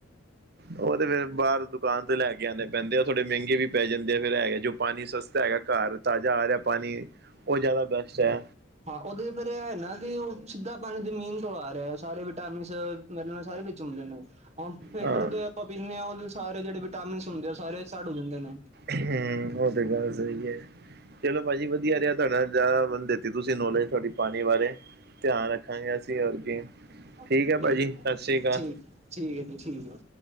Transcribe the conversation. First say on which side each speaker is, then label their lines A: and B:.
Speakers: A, on the right; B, on the right.
A: ਉਹ ਤੇ ਫੇਰ ਬਾਹਰ ਦੁਕਾਨ ਤੇ ਲੈ ਆਂਣੇ ਪੈਂਦੇ ਆ, ਥੋੜ੍ਹੇ ਮਹਿੰਗੇ ਵੀ ਪੈ ਜਾਂਦੇ ਆ ਫੇਰ ਐ ਜੋ ਪਾਣੀ ਸਸਤਾ ਹੈਗਾ ਘਰ ਤਾਜ਼ਾ ਆ ਰਿਆ ਪਾਣੀ ਓ ਜਾਦਾ ਬੈਸਟ ਐ।
B: ਹਾਂ ਉਹਦੇ ਫਿਰ ਐ ਹੈ ਨਾ ਕਿ ਓ ਸਿੱਧਾ ਪਾਣੀ ਜਮੀਨ ਤੋਂ ਆ ਰਿਆ ਸਾਰੇ ਵਿਟਾਮਿਨ ਮਿਨਰਲ ਸਾਰੇ ਵਿੱਚ ਹੁੰਦੇ ਨੇ ਫਿਲਟਰ
A: ਹਾਂ
B: ਦੇ ਆਪਾਂ ਪੀਂਣੇ ਆ ਉਹ ਸਾਰੇ ਜੇੜੇ ਵਿਟਾਮਿਨਸ ਹੁੰਦੇ ਆ ਉਹ ਸਾਰੇ ਇਕ ਸੈਡ ਹੋ ਜਾਂਦੇ ਨੇ।
A: ਹੂੰ ਓ ਤੇ ਗੱਲ ਸਈ ਐ। ਚਲੋ ਭਾਜੀ ਵਧੀਆ ਰਿਆ ਤੁਹਾਡਾ ਬੰਦੇ ਤੇ ਤੁਸੀਂ ਨੌਲੇਜ ਤੁਹਾਡੀ ਪਾਣੀ ਬਾਰੇ ਧਿਆਨ ਰੱਖਾਂਗੇ ਅਸੀ ਹੋਰ ਕੀ
B: ਅਛ
A: ਠੀਕ ਹੈ
B: ਠੀਕ-ਠੀਕ-ਠੀਕ
A: ਭਾਜੀ ਸਤਿ ਸ਼੍ਰੀ ਅਕਾਲ
B: ਹੈ ਜੀ ਠੀਕ ਏ।